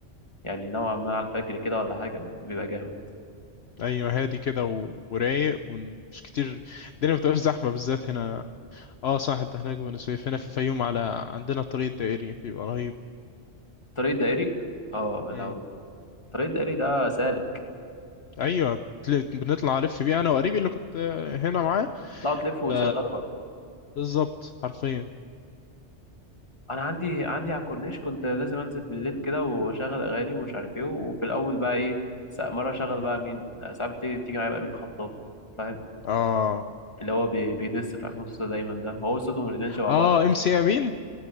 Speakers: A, on the left (about 25°); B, on the left (about 60°).
A: يعني نوعا ما على الفجر كده ولا حاجة بيبقى جامد
B: ايوه هادي كده و- ورايق ومش كتير الدنيا ما بتبقاش زحمه بالذات هنا اه صح انت هناك في بني سويف هنا في الفيوم على عندنا الطريق الدائري بيبقى رهيب
A: طريق دائري اه
B: امم
A: لو طريق دائري ده سالك
B: ايوه تل- بنطلع الف بيه انا وقريبي اللي كنت هنا معاه
A: تطلعوا تلفوا وتشغلوا
B: ف
A: بقى
B: بالظبط حرفيا
A: انا عندي عندي على الكورنيش كنت لازم انزل بالليل كده واشغل اغاني ومش عارف ايه وفي الاول بقى ايه سا- مرة اشغل
B: مم.
A: بقى مين آه، ساعات بتيجي بتيجي معايا بقى مين خطاب فاهم
B: اه
A: اللي هو بي- بيدس في عصام صوصة دايما ده هو صوتهم الاتنين شبه
B: اه
A: بعض اصلا
B: ام سي امين